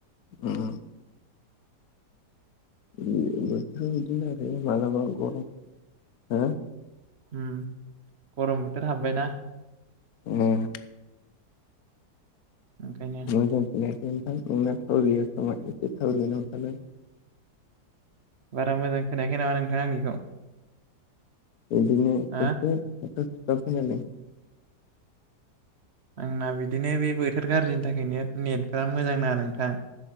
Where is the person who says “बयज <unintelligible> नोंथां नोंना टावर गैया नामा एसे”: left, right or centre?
Left